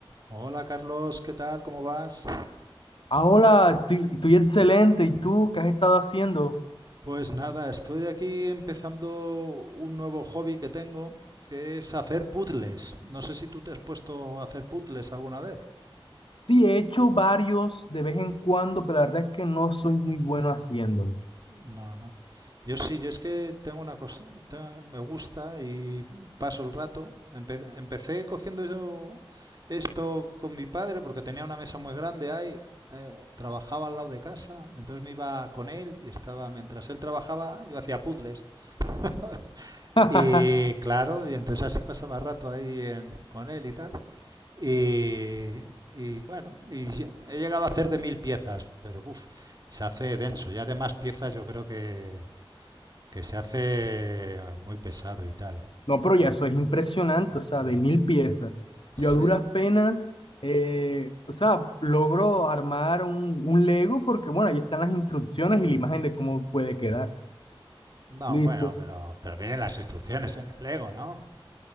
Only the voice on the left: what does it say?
Ah, hola, estoy, estoy excelente. ¿Y tú qué has estado haciendo?
Sí, he hecho varios de vez en cuando, pero la verdad es que no soy muy bueno haciéndolo.
<laughs>
No, pero ya eso es impresionante, o sea, de mil piezas.
Yo a duras penas, eh, o sea, logro armar un, un Lego porque, bueno, ahí están las instrucciones y la imagen de cómo puede quedar.
Listo.